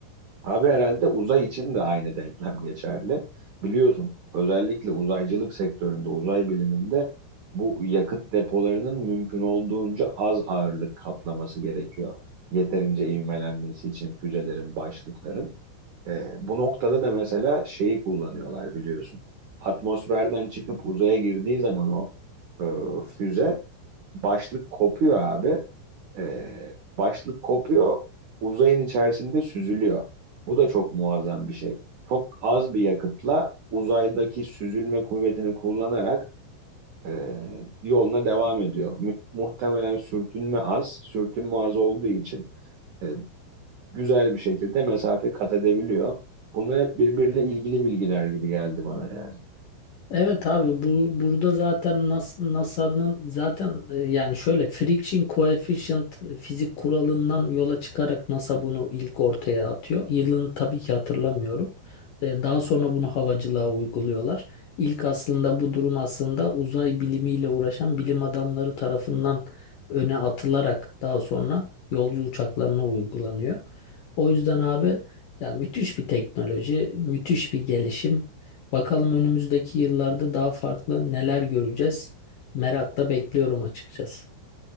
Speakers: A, on the right (about 75°); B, on the left (about 65°).
A: Abi herhalde uzay için de aynı denklem geçerli. Biliyorsun özellikle uzaycılık sektöründe, uzay biliminde bu yakıt depolarının mümkün olduğunca az ağırlık kaplaması gerekiyor. Yeterince ivmelenmesi için füzelerin, başlıkların. E, bu noktada da mesela şeyi kullanıyorlar biliyorsun. Atmosferden çıkıp uzaya girdiği zaman o e, füze başlık kopuyor abi. E, başlık kopuyor, uzayın içerisinde süzülüyor. Bu da çok muazzam bir şey. Çok az bir yakıtla uzaydaki süzülme kuvvetini kullanarak e, yoluna devam ediyor. Mü- muhtemelen sürtünme az, sürtünme az olduğu için e, güzel bir şekilde mesafe kat edebiliyor. Bunlar hep birbiriyle ilgili bilgiler gibi geldi bana yani.
B: Evet abi bu burada zaten NASA'nın NASA'nın zaten e, yani şöyle friction coefficient fizik kuralından yola çıkarak NASA bunu ilk ortaya atıyor. Yılını tabii ki hatırlamıyorum. E, Daha sonra bunu havacılığa uyguluyorlar. İlk aslında bu durum aslında uzay bilimiyle uğraşan bilim adamları tarafından öne atılarak daha sonra yolcu uçaklarına uygulanıyor. O yüzden abi ya müthiş bir teknoloji, müthiş bir gelişim. Bakalım önümüzdeki yıllarda daha farklı neler göreceğiz. Merakla bekliyorum açıkçası.